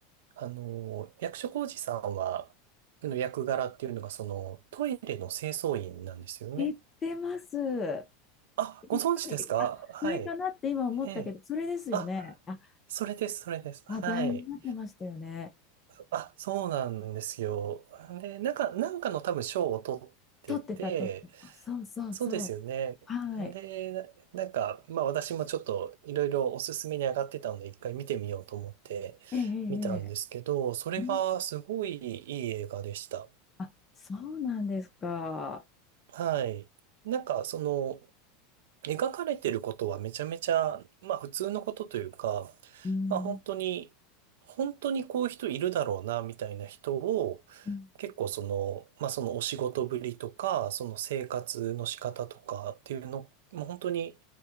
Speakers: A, on the right; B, on the left.
A: あの、役所広司さんは、の役柄っていうのが、その、トイレの清掃員なんですよね。
B: 知ってます。や
A: あ、ご存知ですかはい。
B: っぱり、あ、それかなって今思ったけど、
A: ええ。
B: それですよね。
A: あ、
B: あ、
A: それです、それです。はい。
B: 話題になってましたよね。
A: あ、そうなんですよ。で、なんか、なんかの多分賞を取ってて、
B: 撮ってた、撮ってた。そうそうそう。
A: そうですよね。
B: はい。
A: で、な、なんか、まあ私もちょっといろいろおすすめに上がってたので、一回見てみようと思って見たんですけど、
B: ええ、ええ、ええ
A: それがすごいいい映画でした。
B: うんあ、そうなんですか。
A: はい。なんか、その、描かれてることはめちゃめちゃ、まあ普通のことというか、
B: うん。
A: まあ本当に、本当にこういう人いるだろうな、みたいな人を、
B: うん
A: 結構その、まあそのお仕事ぶりとか、その生活の仕方とかっていうの、もう本当に、